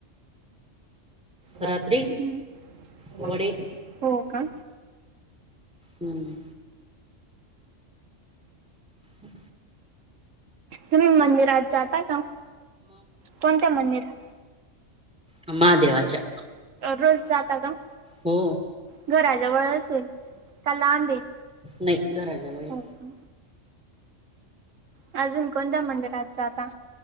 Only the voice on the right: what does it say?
हम्म
हो का?
तुम्ही मंदिरात जाता का? कोणत्या मंदिरात?
रोज जाता का?
घराजवळच आहे का लांब आहे?
हो का? अजून कोणत्या मंदिरात जाता?